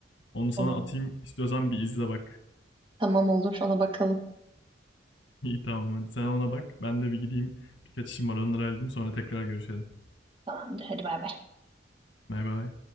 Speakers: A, on the left; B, on the right.
A: Onu sana
B: Tamam.
A: atayım. İstiyorsan bir izle bak.
B: Tamam olur. Ona bakalım.
A: <laughs> İyi tamam hadi sen ona bak. Ben de bir gideyim. Birkaç işim var onları halledeyim sonra tekrar görüşelim.
B: Tamamdır. Hadi bay bay.
A: Bay bay.